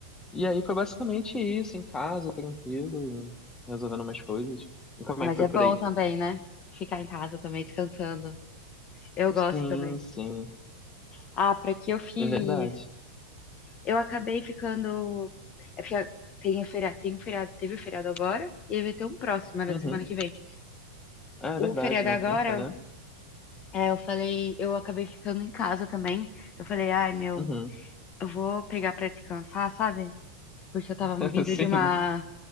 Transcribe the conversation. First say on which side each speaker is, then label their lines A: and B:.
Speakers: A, on the left (about 15°); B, on the left (about 35°).
A: E aí foi basicamente isso, em casa, tranquilo, resolvendo umas coisas. E como
B: Ah,
A: é
B: mas
A: que foi
B: é bom
A: por aí?
B: também, né? Ficar em casa também, descansando. Eu gosto
A: Sim,
B: também.
A: sim,
B: Ah, pra que eu fiz?
A: é verdade.
B: Eu acabei ficando. É porque a- tem, o feriado, tem um feriado, teve o feriado agora e aí vai ter um próximo, era
A: Uhum.
B: da semana que vem.
A: É verdade,
B: O feriado
A: na quinta,
B: agora,
A: né?
B: é, eu falei, eu acabei ficando em casa também. Eu falei, ai, meu.
A: Uhum.
B: Eu vou pegar pra descansar, sabe? Porque eu tava
A: <laughs>
B: vindo
A: Sim,
B: de uma